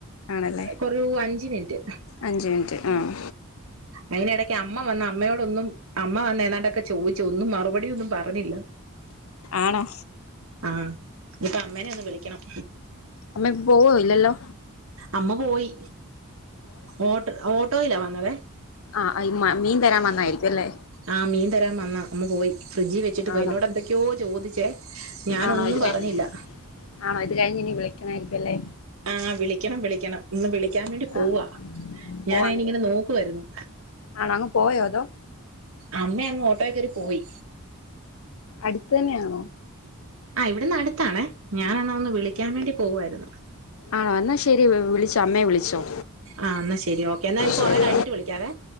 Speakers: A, on the left; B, on the right.
A: ആണല്ലേ
B: കേറെ അഞ്ച് മിനിറ്റ്
A: അഞ്ച് മിനിറ്റ് ആഹ്
B: അയ്നിടക്ക് അമ്മ വന്ന അമ്മയോടൊന്നും അമ്മ വന്ന ഏതാണ്ടൊക്കെ ചോദിച്ചു ഒന്നും മറുപടിയൊന്നും പറഞ്ഞില്ല
A: ആണോ
B: ആഹ് ഇപ്പൊ അമ്മേനെ ഒന്ന് വിളിക്കണം
A: അമ്മേ പ്പെ പോവോ ഇല്ലല്ലോ
B: അമ്മ പോയി ഓട്ട ഓട്ടോയിലാ വന്നത്
A: ആഹ് അയിന് മാ മീൻ തരാൻ വന്നായിരിക്കും അല്ലേ
B: ആഹ് മീൻ തരാൻ വന്നാ വന്ന് പോയി ഫ്രിഡ്ജ് വെ വേച്ചിട്ട് പോയി
A: ആണോ
B: എന്നോട് എന്തൊക്കെയോ ചോദിച്ചേ ഞാനൊന്നും
A: ആണോ ഇത് കഴിഞ്ഞ്
B: പറഞ്ഞില്ല
A: ആണോ ഇത് കഴിഞ്ഞ് ഇനി വിളിക്കണ ആയിരിക്കും അല്ലേ
B: ആഹ് വിളിക്കണം വിളിക്കണം ഒന്ന് വിളിക്കാൻ വേണ്ടി പോവാ
A: ആ
B: ഞാനയിനി
A: പോവാണല്ലേ
B: ഇങ്ങനെ നോക്കുവായിരുന്നു
A: ആണോ അങ്ങ് പോയോ അതോ?
B: അമ്മ അങ്ങ് ഓട്ടോക്കേറി പോയി.
A: അടിത്തന്നെയാണോ?
B: ആഹ് ഇവിടന്നടുത്താണേ ഞാനന്നാ ഒന്ന് വിളിക്കാൻ വേണ്ടി പോവായിരുന്ന്.
A: ആഹ് ന്നാശെരി വ് വിളിച്ചോ അമ്മേ വിളിച്ചോ.
B: ആഹ് ന്നാശെരി ഓക്കേ എന്നാ നി
A: ശരി
B: കൊറെ കഴിഞ്ഞിട്ട് വിളിക്കാവേ